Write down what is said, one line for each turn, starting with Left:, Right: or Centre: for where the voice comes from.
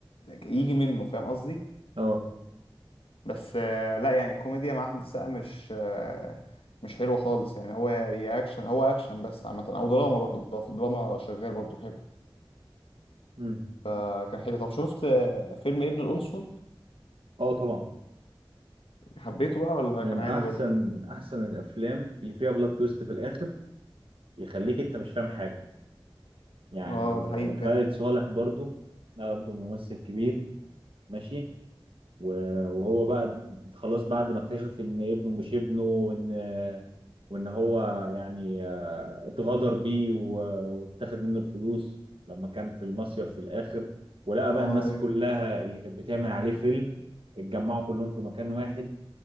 Left: يجي منه فاهم قصدي
Right: اه
Left: بس آه، لا يعني الكوميديا مع احمد السقا مش آه، مش حلوه خالص يعني هو يا اكشن هو اكشن بس عامه او دراما برضه في الدراما شغال برضه حلو
Right: امم
Left: فكان حلو طب شفت آه، فيلم ابن القنصل
Right: اه طبعا
Left: حبيته بقى ولا
Right: من
Left: كان عادي
Right: احسن
Left: برضه
Right: من احسن الافلام اللي فيها بلوت تويست في الاخر يخليك انت مش فاهم حاجه يعني
Left: اه ده حقيقي
Right: خالد
Left: فعلا
Right: صالح برضو ده برضو ممثل كبير ماشي و- وهو بقى خلاص بعد ما اكتشف ان ابنه مش ابنه وان وان هو يعني آه، اتغدر بيه و- واتاخد منه الفلوس لما كان في المصيف في الاخر ولقى
Left: اه
Right: بقى الناس كلها اللي كانت بتعمل عليه فيلم اتجمعوا كلهم في مكان واحد